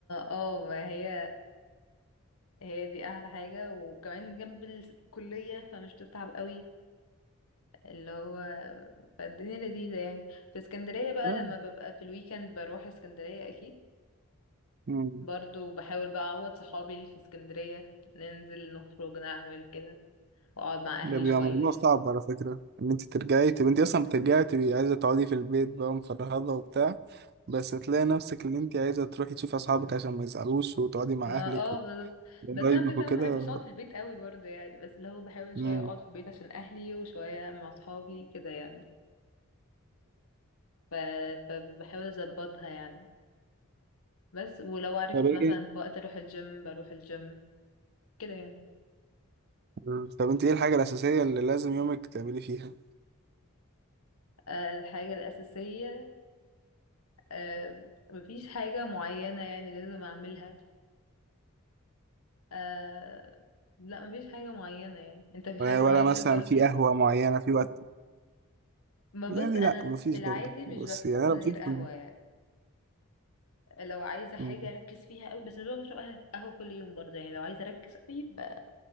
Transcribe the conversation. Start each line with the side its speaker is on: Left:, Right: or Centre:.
Left: اه ما هي هي دي احلى حاجة وكمان جنب الكلية فمش بتتعب قوي اللي هو فالدنيا لذيذة يعني في اسكندرية بقى
Right: لا
Left: لما ببقى في الويكند بروح اسكندرية اكيد
Right: مم.
Left: برضو بحاول بقى اعوض صحابي اللي في اسكندرية ننزل نخرج نعمل كده واقعد مع اهلي
Right: ده بيبقى
Left: شوية
Right: موضوع صعب على فكرة إن أنت ترجعي تبقى أنت أصلا بترجعي تبقي عايزة تقعدي في البيت بقى مفرهدة وبتاع بس تلاقي نفسك إن أنت عايزة تروحي تشوفي أصحابك عشان ما يزعلوش وتقعدي مع
Left: ما
Right: أهلك
Left: اه بالظبط
Right: وقرايبك
Left: بس انا فكرة
Right: وكده
Left: ما بحبش اقعد في البيت قوي برضه يعني بس اللي هو بحاول
Right: مم.
Left: شوية اقعد في البيت عشان اهلي وشوية مع اصحابي كده يعني ف... فبحاول اظبطها يعني بس ولو عرفت
Right: طب إيه
Left: مثلا في وقت اروح الجيم بروح الجيم كده يعني
Right: مم. طب انت ايه الحاجة الأساسية اللي لازم يومك تعملي فيها؟
Left: آه، الحاجة الأساسية آه، مفيش حاجة معينة يعني لازم أعملها أه لا مفيش حاجة معينة يعني أنت في
Right: ولا
Left: حاجة معينة
Right: ولا مثلا
Left: لازم تعملها
Right: في
Left: في اليوم؟
Right: قهوة معينة في وقت
Left: ما بص
Right: يعني
Left: أنا
Right: لا مفيش
Left: في العادي
Right: برضه
Left: مش
Right: بس
Left: بفوق
Right: يعني
Left: من
Right: انا
Left: غير
Right: بشوف
Left: قهوة
Right: إن-
Left: يعني. لو عايزة حاجة
Right: مم.
Left: أركز فيها قوي بس مش بشرب قه- قهوة كل يوم برضه يعني لو عايزة أركز قوي ب-